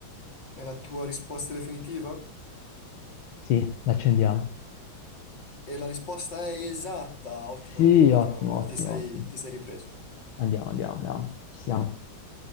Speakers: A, on the left; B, on the left.
A: È la tua risposta definitiva?
B: Sì, l'accendiamo.
A: E la risposta è esatta. Ottimo
B: Sì,
A: lavoro,
B: ottimo,
A: ottimo lavoro.
B: ottimo,
A: Ti sei,
B: ottimo.
A: ti sei ripreso.
B: Andiamo, andiamo, andiamo. Ci siamo.